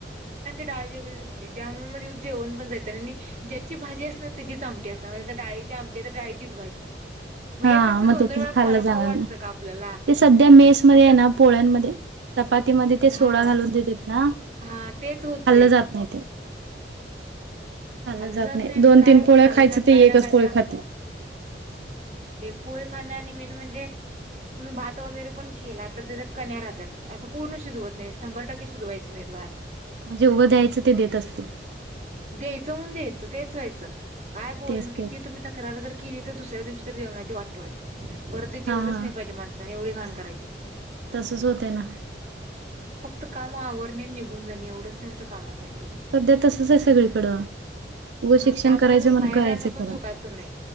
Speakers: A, on the right; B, on the right.
A: डाळी वगरे दिसते त्यामुळे म जेवण पण जाय आणि ज्याची भाजी असणार त्याची आमट अस म्ह डाळी त्याची आमटी आनी डाळीचीच भाजी. हे
B: हा
A: कसं
B: मग
A: दोन
B: त
A: दोन वेळा
B: खाल्लं
A: खाणं
B: जाणार
A: खाऊ वाटतं
B: नाही
A: का आपल्याला
B: ते सध्या मेस मध्ये
A: आणि चप
B: आहे ना पोळ्यांमध्ये.. चपातीमध्ये ते सोडा
A: हा
B: घालून देतेत ना
A: हा तेच होतंय
B: खाल्लं जात नाही ते. खालं
A: खाल्लं
B: जात नाही
A: आणि
B: दोन
A: काय
B: तीन
A: खाणार
B: पोळ्या
A: आहे
B: खायच ते
A: काय ना
B: एकच
A: काय
B: पोळ
A: तर असतंच
B: खाती.
A: एक पोळी खा मेन म्हजे तुम्ही भात वैगरे पण केला तर, त्याच्या कन्या राहत्यात पूर्ण शिजवत नाही शंभर टके शिजुवायची नाही भात.
B: जे उघं द्यायचं ते देत असतील.
A: द्येयचं म्हून द्येयचं तेच व्हायचं. काय बोलण
B: तेच
A: किती
B: ते.
A: तुम्ही तक्रार जर केली तर दुसऱ्या दिवशी तर जेवणाची वाटोळच. परत ते जेवलंच
B: हा हा
A: नई पाहिजे माणसाने एवढी घाण करायचीत मग.
B: तसच होतय ना.
A: त् काम आवरणे निघून जाणे एवढंच त्यांचं काम असायचं.
B: सध्या तसंचाय सगळीकडं. उगं
A: हां
B: शिक्षण
A: त्यामुळे
B: करायचं
A: मग
B: म्हणून
A: बाहेर
B: करायचं
A: राहणं पण
B: खरं
A: सुखाचं नइ.